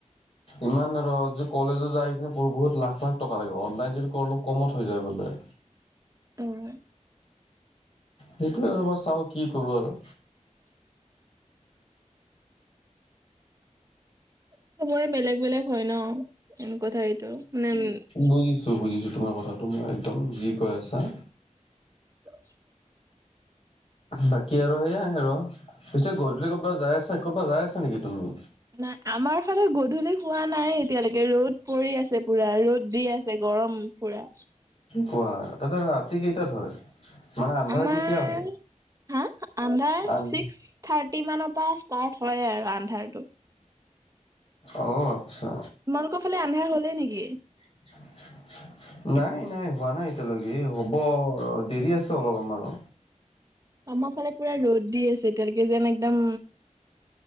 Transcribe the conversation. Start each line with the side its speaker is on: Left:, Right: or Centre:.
Left: ইমান আৰু কলেজত যাই কিনে বহুত লাখ লাখ টকা লাগে, অনলাইন যদি অলপ কমত হৈ যায় বোলে।
Right: উম।
Left: সেইটোৱে আৰু মই চাওঁ কি কৰোঁ আৰু।
Right: চবৰে বেলেগ, বেলেগ হয় ন'। মেইন কথা এইটো, মানে উম।
Left: বুজিছোঁ, বুজিছোঁ তোমাৰ কথাটো, মই একদম যি কৈ আছা।
Right: <inaudible>
Left: বাকী আৰু সেইয়াই আৰু, পিছে গধূলি ক'ৰবাত যাই আছ, ক'ৰবাত যাই আছা নেকি তুমি?
Right: নাই, আমাৰ ফালে গধূলি হোৱা নাই এতিয়ালৈকে, ৰ'দ পৰি আছে পুৰা ৰ'দ দি আছে গৰম। পুৰা।
Left: কোৱা তাতে ৰাতি কেইটাত হয়? মানে আন্ধাৰ
Right: আমাৰ
Left: কেতিয়া হয়
Right: হা, আডাৰ
Left: আন
Right: চিক্স থাৰ্টি মানৰ পৰা ষ্টাৰ্ট হয় আৰু আন্ধাৰটো।
Left: অ', আচ্ছা।
Right: তোমালোকৰ ফালে আন্ধাৰ হ'লেই নেকি?
Left: উ <unintelligible> নাই, নাই হোৱা নাই এতিয়ালৈকে, হ'ব দেৰি আছে অলপ আমাৰো।
Right: আমাৰ ফালে পুৰা ৰ'দ দি আছে এতিয়ালৈকে, যেন একদম